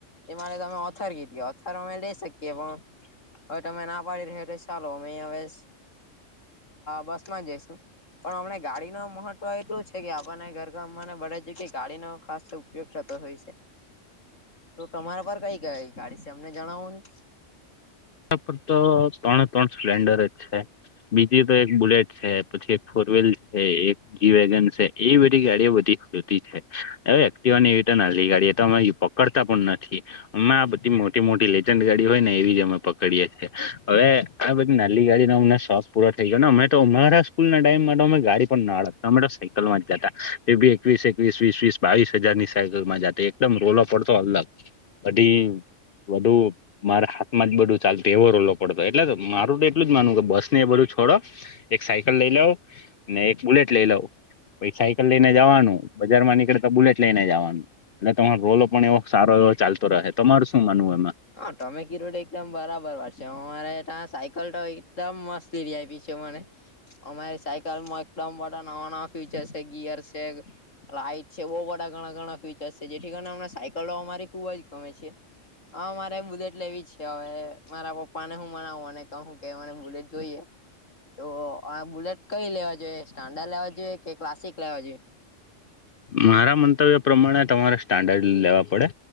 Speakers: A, on the left; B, on the left.
A: એ મારે તમે ઓથર કીધ ઓથર અમે લઈ શકીએ પણ હવે તમે ના પાડી રહ્યો અ હવે બસ માં જ જઈશ પણ હમને ગાડી ન મહત્વ એટલું છે કે આપણને ઘર ગમને બધ જગ્યા ગાળી નો ખાસ ઉપયોગ થતો હોય છે તો તમારા પર કઈ કઈ ગાડી છે એમને જણાવો નહી
B: પર તો ત્રણે ત્રણ સ્પ્લેન્ડર જ છે બીજી તો એક બુલેટ છે પછી એક ફોર વ્હીલ છે એક જી વગન છે એ બધી ગાડીઓ બધી ખતી છે હવે એક્ટ એ ના ગાડી તો અ પકડતા પણ નથી અમે આ બધી મોટી મોટી લેજડ ગાડી હોય ને એવી જ અમે પક કરીએ છીએ હવે આ બધી નાલી ગાડીનો અમને શોખ પૂરો થઈ ગયો ને અમે તો અમારા સ્કૂલ ના ટાઈમ તો અમે ગાડી પણ ના અડતા અમે તો સાયકલ માં જતા બી એકવીસ એકવીસ વીસ વસ બાવીસ હજારની સાયકલમાં જાતો એકદમ રોલો પડતો અલગ બધી વધધું મારા હાથમાં જ બધું ચાલ એવો રોલો પડતો એટલે તો મારું તો એટલું જ માનવું કે બસ ને એ બધું છોડો એક સાયકલ લઈ લાવ ને એક બુલેટ લઈ લવ પછ સાયકલ લઈને જવાનું બજાર માં નીકળ તો બુલેટ લઈને જવાનું એટલે તમારો રોલો પણ એવો સારો એવો ચાલતો રહે તમાર શું માનવું એમાં
A: હા તમે કી રડ એકદમ બરાબર વાર છે હું મારે ત સાયકલ તો એકદમ મસ્તી આપી છે મને અમારી સાયકલમાં એકદમ બધા નવા નવા ફુચર છે ગિયર છે લાઈટ છે બહુ બધા ઘણા ઘણા ફીચરસ છે જેથી કરીને અમને સાયકલ અમારી ખુબ જ ગમે છે હા મારે બુલેટ લેવી છે હવે મારા પપ્પા ને હું મનાવું અનેને કહું કે મને બુલેટ જોઈએ તો આ બુલેટ કઈ લેવા જોઈએ સ્ટાન્ડડ લેવા જોઈએ કે ક્લાસિક લેવા જોઈએ
B: મારા મંતવ્ય પ્રમાણે તમારે સ્ટાન્ડર્ડ લેવા પડે